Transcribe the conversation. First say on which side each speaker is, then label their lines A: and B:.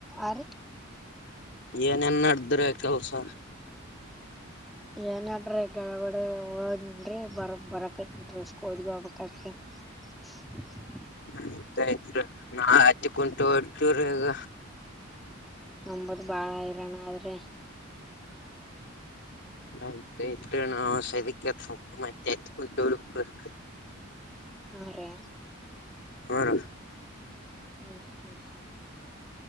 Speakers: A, in the centre; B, on the left (about 60°).
A: ಆರಿ
B: ಏನೇನ್ ನಡದ್ರಿ ಕೆಲ್ಸ.
A: ಏನಡ್ರಿ ಗಳ್ಯ ಹೊಡ್ಯಾವ ಹೋಗಿನ್ರಿ ಬರ ಬರಕತ್ನ್ <unintelligible> <inaudible>
B: ಆಯ್ತಾಯ್ತ್ ತ್ರಿ ನಾ ಹತ್ತಿ ಕುಂಟಿ ಹೊಡ್ತೀವ್ರ ಈಗ.
A: ನಂಬದು ಬಾಳ ಹೈರಾಣ ಆದ್ರಿ.
B: ಆಯ್ತ ಆಯಿತ್ರಿ ನಾವ ಸದಿ ಕೆತ್ತಬೇಕ್ ಮತ್ತ ಎತ್ತ ಕುಂಟಿ ಹೊಡಿಬೇಕು.
A: ಹ್ ರಿ
B: ಹ್ಮ್ರಿ
A: ಹ್ಮ ಹ್ಮ